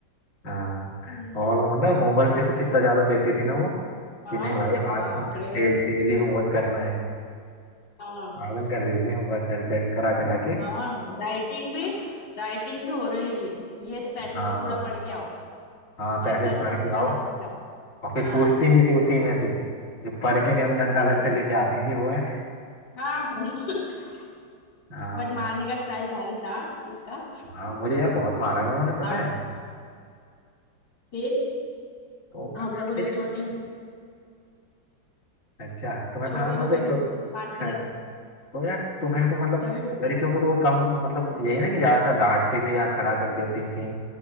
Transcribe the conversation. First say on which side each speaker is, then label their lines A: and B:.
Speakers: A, on the left; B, on the left.
A: हाँ
B: हम्म,
A: और वो मतलब होमवर्क देखो कितना ज्यादा देती थी ना वो
B: हाँ
A: कि नहीं भाई आज
B: बाप
A: तो डेल,
B: रे
A: डेली होमवर्क करना है
B: हाँ
A: पागल कर देती थी होमवर्क कर कर करा करा के
B: हाँ राइटिंग भी राइटिंग भी ओरली भी ये पैसेज
A: हाँ
B: पूरा पढ़ के आओ
A: हाँ
B: ये
A: पैसेज
B: कल
A: पढ़
B: समझाना
A: के आओ
B: पड़ेगा
A: और फिर
B: हाँ
A: पूछती भी थी उसी में से जो पढ़ के नहीं आता डंडा
B: हम्म
A: अलग से लेके आती थी वो है
B: हाँ <laughs>
A: हाँ
B: बट मारने का स्टाइल भारी था उसका
A: हाँ मुझे यार बहुत मारा है उन्होंने पता
B: हाथ
A: है
B: फिर
A: तो
B: हम
A: प-
B: लोगों ने
A: लेकिन
B: चोटी
A: अच्छा तुम्हें
B: चोटी
A: तो हाँ तुम्हें
B: नहीं
A: तो
B: पहन
A: छो-
B: बांध के
A: हाँ,
B: जाते
A: तो यार तुम्हें तो मतलब
B: तभी होते
A: लड़कियों को तो वो कम मतलब यही ना कि ज्यादातर डांटती थी या खड़ा कर देती थी